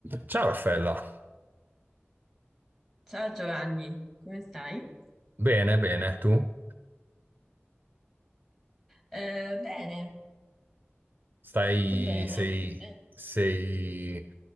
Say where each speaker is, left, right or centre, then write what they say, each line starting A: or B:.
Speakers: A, on the right; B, in the centre.
A: Ciao Raffaella,
B: Ciao Giovanni, come stai?
A: bene, bene, tu?
B: Eh, bene,
A: Stai,
B: tutto bene.
A: sei,
B: Eh,
A: sei,